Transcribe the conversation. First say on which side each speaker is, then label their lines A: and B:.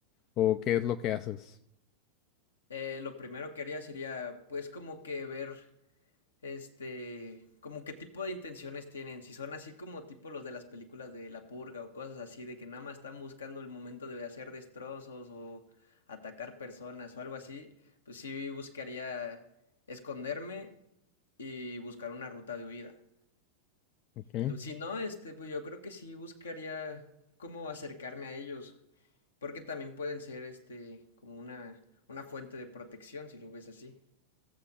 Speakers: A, on the left; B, on the left.
A: ¿O qué es lo que haces?
B: Eh, lo primero que haría sería, pues, como que ver este, como qué tipo de intenciones tienen, si son así como tipo los de las películas de La Purga o cosas así, de que nada más están buscando el momento de hacer destrozos o atacar personas o algo así, pues sí buscaría esconderme y buscar una ruta de huida.
A: Ok.
B: Lo- Si no, este, pues yo creo que sí buscaría cómo acercarme a ellos, porque también pueden ser, este, como una, una fuente de protección, si lo ves así.